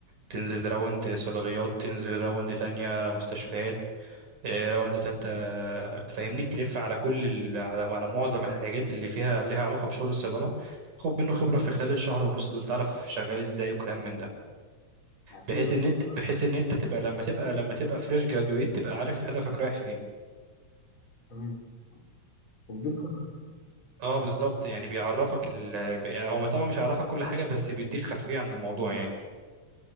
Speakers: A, on the right; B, on the left.
A: تنزل راوند صيدليات تنزل راوند تانية مستشفيات آه، راوند تالتة آه، فاهمني تلف على كل ال... على على معظم الحاجات اللي فيها ليها علاقة بشغل الصيدلة خد منه خبرة في خلال الشهر ونص دول تعرف شغال ازاي وكلام من ده
B: عشان
A: بحيث
B: يبقى
A: ان
B: في
A: انت
B: خبرة
A: بحيث ان انت تبقى لما تبقى لما تبقى فريش جرادويت تبقى عارف هدفك رايح فين
B: تمام وبديك خبرة كويسة
A: اه بالظبط يعني بيعرفك ال... بي- هو طبعا مش هيعرفك كل حاجة بس بيديك خلفية عن الموضوع يعني